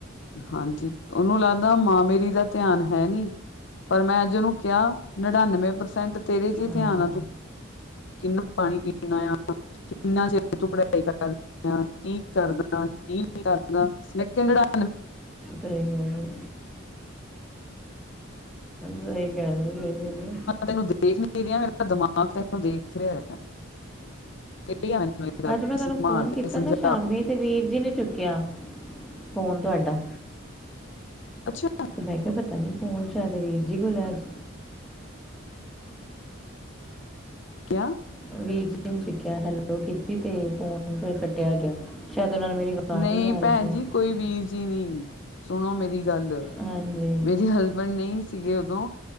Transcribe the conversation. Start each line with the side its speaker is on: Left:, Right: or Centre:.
Left: ਹਾਂਜੀ ਉਹਨੂੰ ਲੱਗਦਾ ਮਾਂ ਮੇਰੀ ਦਾ ਧਿਆਨ ਹੈ ਨੀ, ਪਰ ਮੈਂ ਅੱਜ ਉਹਨੂੰ ਕਿਹਾ ਨੜਨਵੇਂ ਪ੍ਰਸੈਂਟ ਤੇਰੇ ਚ'
Centre: ਹਾਂ
Left: ਧਿਆਨ ਆ, ਤੂੰ ਕਿਹਨੂੰ ਪਾਣੀ ਪੀਣਾ ਆ ਕਿੰਨਾ ਚਿਰ ਤੂੰ ਪੜ੍ਹਾਈ ਕਰਦਾ, ਕੀ ਕਰਨਾ ਕੀ ਨਹੀਂ ਕਰਨਾ <unintelligible> <unintelligible>
Centre: ਸਹੀ ਗੱਲ ਹੈ ਸਹੀ ਗੱਲ ਹੈ ਸਹੀ ਗੱਲ ਹੈ
Left: ਤੈਨੂੰ ਦੇਖ ਨਈ ਰਿਹਾ, ਪਰ ਦਿਮਾਗ ਤੈਨੂੰ ਦੇਖ ਰਿਹਾ ਕੀ ਹਾਲ ਏਦਾ,
Centre: ਅੱਜ ਮੈਂ ਤੁਹਾਨੂੰ
Left: ਸੰਭਾਲ
Centre: ਫੋਨ
Left: ਕੇ
Centre: ਕੀਤਾ
Left: ਸਮਝਾ
Centre: ਨਾ ਸ਼ਾਮੀ
Left: ਕੇ
Centre: ਤੇ ਵੀਰ ਜੀ ਨੇ ਚੁੱਕਿਆ, ਫੋਨ ਤੁਹਾਡਾ
Left: ਅੱਛਾ
Centre: ਤੇ ਮੈਂ ਕਿਹਾ, ਪਤਾ ਨੀ ਫੋਨ ਸ਼ਾਇਦ ਵੀਰ ਜੀ ਕੋਲ ਐ ਅੱਜ
Left: ਕਯਾ -
Centre: ਵੀ ਚੁੱਕਿਆ, ਹੈਲੋ ਕੀਤੀ ਤੇ ਫੋਨ ਫਿਰ ਕੱਟਿਆ ਗਿਆ ਸ਼ਾਇਦ ਉਨਾਨੂੰ ਮੇਰੀ ਆਵਾਜ਼
Left: ਨਹੀਂ
Centre: ਆ ਰਹੀ
Left: ਭੈਣ
Centre: ਸੀ
Left: ਜੀ ਕੋਈ ਵੀਰ ਜੀ ਨਹੀਂ, ਸੁਣੋ ਮੇਰੀ ਗੱਲ
Centre: ਹਾਂਜੀ
Left: ਮੇਰੀ ਹਸਬੈਂਡ ਨਹੀਂ ਸੀਗੇ ਉਦੋਂ